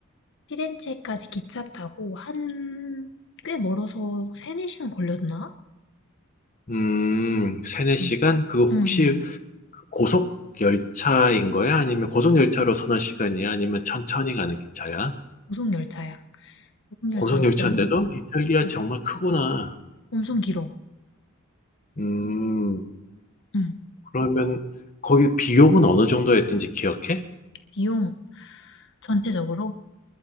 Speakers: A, on the left; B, on the left.
A: 피렌체까지 기차 타고 한 꽤 멀어서 세네 시간 걸렸나?
B: 음, 세네 시간?
A: 응,
B: 그 혹시
A: 응, 응.
B: 고속 열차인 거야? 아니면 고속 열차로 서너 시간이야? 아니면 천천히 가는 기차야?
A: 고속열차야. 고속열차로
B: 고속 열차인데도?
A: 그 정도였던
B: 이탈리아
A: 거야. 응.
B: 정말 크구나.
A: 엄청 길어.
B: 음,
A: 음.
B: 그러면 거기 비용은 어느 정도였던지 기억해?
A: 비용 전체적으로.